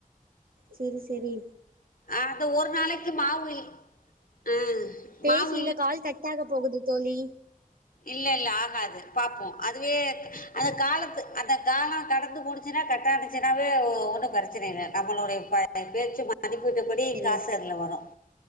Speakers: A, on the right (about 85°); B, on the left (about 75°).
A: சேரி சேரி
B: அது ஒரு நாளைக்கு மாவு ஆ
A: பேசு
B: மாவு
A: இல்ல கால் கட்டாக போகுது தோழி
B: இல்லெல்ல ஆகாது பாப்போ அதுவே அந்த காலத்து அந்த காலொ கடந்து போனுச்சுனா கட்டானச்சுனாவே ஒன்னு பிரச்சன இல்ல நம்மளுடைய பேச்சு ம மதிப்பூட்டபடி
A: சரி
B: காசர்ல வரும்